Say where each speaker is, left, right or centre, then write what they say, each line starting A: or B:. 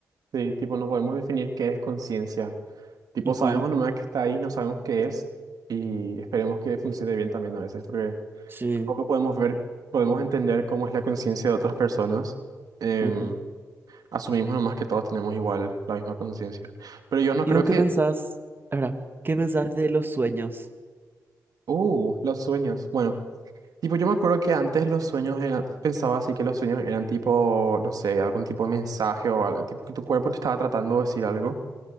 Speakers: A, on the right; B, on the right.
A: Sí, tipo no podemos definir qué es conciencia. Tipo
B: Ujú,
A: sabemos nomás que está ahí, no sabemos qué es y esperemos que funcione bien también a veces porque
B: sí,
A: tampoco podemos ver, podemos entender cómo es la conciencia de otras personas. Em,
B: ujú.
A: asumimos nomás que todos tenemos igual la misma conciencia. Pero yo no
B: ¿Y
A: creo
B: vos
A: que
B: qué pensás? Ahora, ¿qué pensás de los sueños?
A: Uh, los sueños. Bueno, tipo, yo me acuerdo que antes los sueños era- pensaba así que los sueños eran tipo, no sé, algún tipo de mensaje o algo, tipo que tu cuerpo te estaba tratando de decir algo.